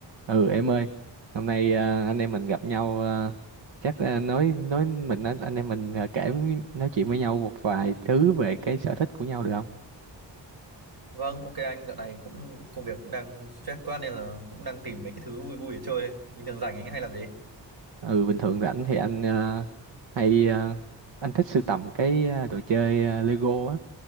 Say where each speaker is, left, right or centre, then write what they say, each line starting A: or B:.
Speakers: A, on the right; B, on the right.
A: ừ em ơi hôm nay à, anh em mình gặp nhau à, chắc à, nói nói mình anh, anh em mình à, kể với- nói chuyện với nhau một vài thứ về cái sở thích của nhau được không
B: Vâng, ok anh dạo này cũng công việc cũng đang stress quá nên là cũng đang tìm mấy cái thứ vui vui để chơi đây. Bình thường rảnh anh hay làm gì?
A: ừ bình thường rảnh thì anh à, hay à, anh thích sưu tầm cái à, đồ chơi à, Lego á